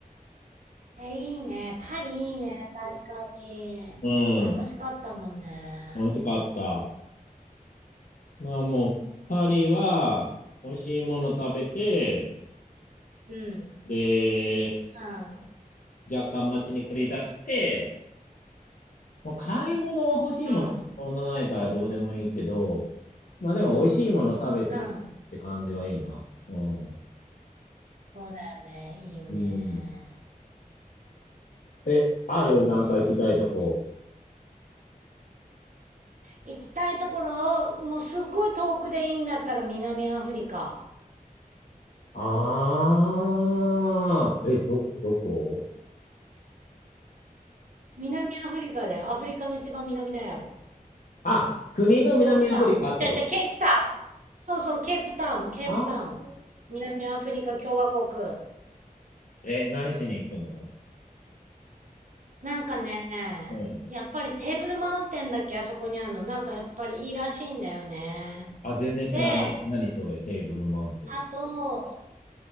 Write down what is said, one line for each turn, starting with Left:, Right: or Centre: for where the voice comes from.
Right: え、いいね。パリいいね。確かに。
Left: うん。
Right: 楽しかったもんね。
Left: 楽しかった。まあもう、パリは、美味しいもの食べて、
Right: うん。うん。
Left: で、
Right: うん。
Left: 若干街に繰り出して、もう買い物は欲しいもの、
Right: うん。
Left: そんなないからどうでもいいけど、まあでも美味しいもの食べてかって感じがいいな。
Right: うん
Left: うん。
Right: そうだよね。いいよね。
Left: うん。え、あるなんか行きたいとこ。
Right: パリね。いいよね。行きたいところを、もうすっごい遠くでいいんだったら南アフリカ。
Left: ああ、え、どこ、どこ
Right: 南アフリカだよ。アフリカの一番南だよ。
Left: あ、国の南アフリカってこと
Right: ジョージタウン。じゃあじゃあ、ケープタウン。そうそう、ケープタウン、ケープタウン。
Left: ああ
Right: 南アフリカ共和国。
Left: ー、え、何しに行くの
Right: なんかね、
Left: うん。
Right: やっぱりテーブルマウンテンだっけ、あそこにあるの。なんかやっぱりいいらしいんだよね。
Left: あ、全然知らない。
Right: で、
Left: 何それ、テーブルマウンテン。
Right: あと、